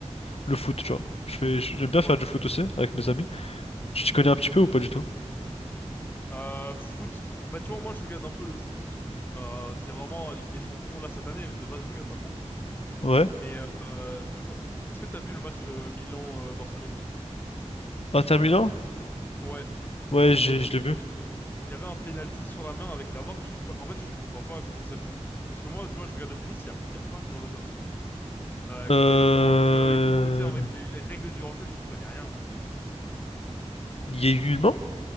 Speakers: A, on the left (about 60°); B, on the left (about 15°).
A: le foot, tu vois. Je fais j'aime bien
B: Ouais.
A: faire du foot aussi avec mes amis. Tu t'y connais un petit peu ou pas du tout?
B: Euh, foot. Bah, tu vois, moi, je regarde un peu le foot. Euh, c'est vraiment la Ligue des Champions. Là, cette année, de base, je regarde pas trop.
A: Ouais.
B: Mais, euh, euh, tu vois, est-ce que t'as vu le match euh, Milan-Barcelone?
A: Inter Milan?
B: Ouais.
A: Ouais, j'ai
B: Il y, a- il
A: je
B: y a-
A: l'ai vu.
B: il y avait un penalty sur la main avec la VAR. J'ai pas... En fait, je comprends pas à quoi ça sert. Parce que moi, tu vois, je regarde le tennis, il y a, il y a pas ce genre de choses. Avec
A: Euh...
B: le, le hors-jeu et tout, tu sais, avec les, les règles du hors-jeu, j'y connais rien, moi.
A: Il y a eu une main?